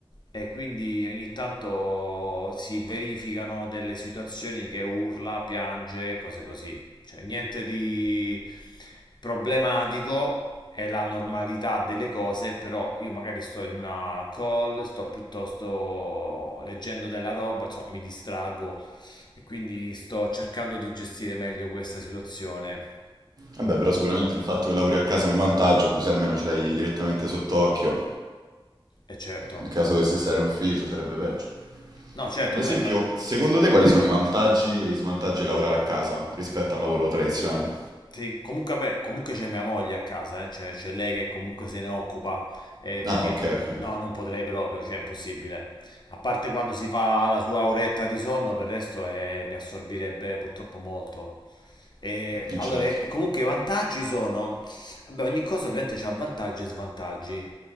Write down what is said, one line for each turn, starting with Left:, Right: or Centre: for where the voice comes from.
Left: e quindi ogni tanto si verificano delle situazioni che urla, piange, cose così. Cioè, niente di problematico, è la normalità delle cose, però io magari sto in una call, sto piuttosto leggendo della roba, insomma, mi distrago e quindi sto cercando di gestire meglio questa situazione.
Right: Vabbè, però sicuramente il fatto che lavori a casa è un vantaggio, così almeno ce l'hai direttamente sott'occhio.
Left: E certo,
Right: In caso dovessi stare in ufficio sarebbe peggio.
Left: no, certo,
Right: Ad esempio,
Left: ma- ma-
Right: secondo te quali sono i vantaggi e i svantaggi di lavorare a casa rispetto a un lavoro tradizionale?
Left: Sì, comunque, vabbè, comunque c'è mia moglie a casa, eh, cioè, c'è lei che comunque se ne occupa, eh, perché
Right: Ah, ok,
Left: n-
Right: ok.
Left: no, non potrei proprio, cioè è impossibile. A parte quando si fa la sua oretta di sonno, per il resto eh, mi assorbirebbe purtroppo molto. E,
Right: Eh,
Left: allora,
Right: Certo.
Left: eh, comunque i vantaggi sono, vabbè, ogni cosa ovviamente ha vantaggi e svantaggi,